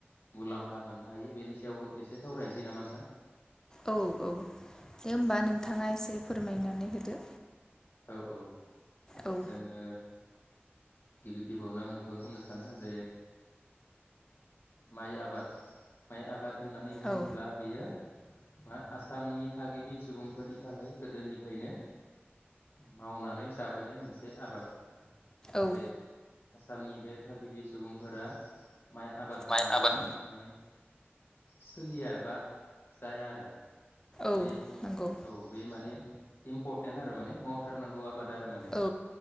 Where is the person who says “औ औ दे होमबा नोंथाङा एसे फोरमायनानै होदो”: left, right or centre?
Left